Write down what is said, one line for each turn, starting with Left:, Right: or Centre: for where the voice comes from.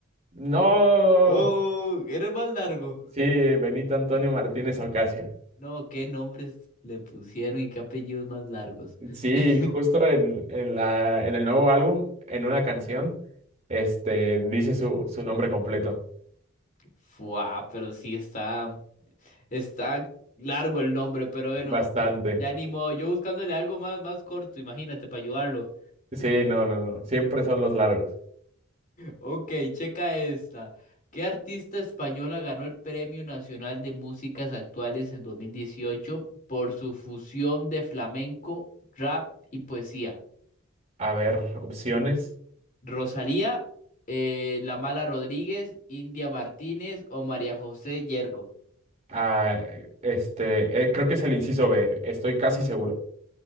Right: No,
Left: Oh, eres más largo.
Right: sí, Benito Antonio Martínez Ocasio.
Left: No, qué nombres le pusieron y qué apellidos más largos.
Right: Sí,
Left: <laughs>
Right: justo en, en la, en el nuevo álbum, en una canción, este, dice su, su nombre completo.
Left: Fua, pero sí está, está largo el nombre, pero bueno,
Right: Bastante.
Left: ya ni modo. Yo buscándole algo más, más corto, imagínate, para ayudarlo.
Right: Sí, no, no, no. Siempre son los largos.
Left: Ok, checa esta. ¿Qué artista española ganó el Premio Nacional de Músicas Actuales en 2018 por su fusión de flamenco, rap y poesía?
Right: A ver, opciones.
Left: Rosalía, eh, La Mala Rodríguez, India Martínez o María José Yergo.
Right: Ah, este, eh, creo que es el inciso B, estoy casi seguro.